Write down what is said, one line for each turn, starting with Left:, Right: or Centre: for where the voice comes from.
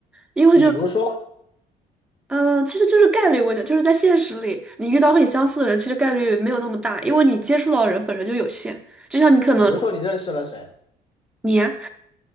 Centre: 因为就。
Left: 比如说，
Centre: 嗯，呃其实就是概率问题，我觉得就是在现实里，你遇到和你相似的人，其实概率没有那么大，因为你接触到的人本身就有限。就像你可能
Left: 比如说你认识了谁？
Centre: 你呀